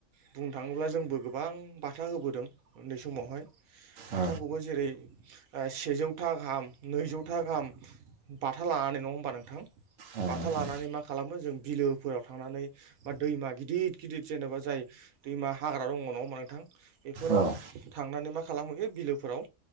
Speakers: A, on the right (about 80°); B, on the right (about 60°).
A: बुंनो थाङोब्ला जोंबो गोबां बाथा हो बोदों उन्दै समावहाय बाथाखौबो
B: औ
A: जेरै सेजौथा गाहाम नैजौथा गाहाम बाथा लाना नै नङा होमबा नोंथां
B: औ
A: बाथा
B: नोंथां
A: लानानै मा खालामो जों बिलोफोराव थांनानै बा दैमा गिदिर गिदिर जेनेबा जाय दैमा हाग्रा दङ नङा होमबा नोंथां बेफोराव
B: औ ओं
A: थांनानै मा खालामहैयो बिलोफोराव